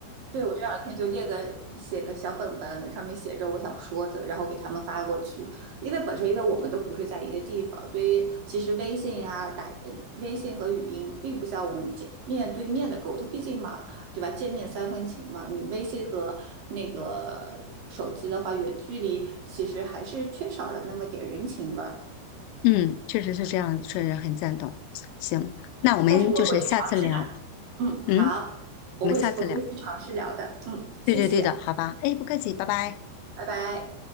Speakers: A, on the right; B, on the left.
A: 对，我这两天就列个写个小本本，上面写着我想说的，然后给他们发过去。因为本身因为我们都不是在一个地方，所以其实微信啊打呃微信和语音并不像我们见面对面的沟通，毕竟嘛，对吧？见面三分情嘛，你微信和那个手机的话，远距离其实还是缺少了那么点人情味儿。
B: 嗯，确实是这样，确实很赞同。行，那我们就是下次聊。
A: 但是我会去尝试的，嗯，
B: 嗯，
A: 好，我会去我会去尝试聊的，
B: 我们下次聊。
A: 嗯，谢谢，
B: 对对对的，好吧。哎，不客气，拜拜。
A: 拜拜。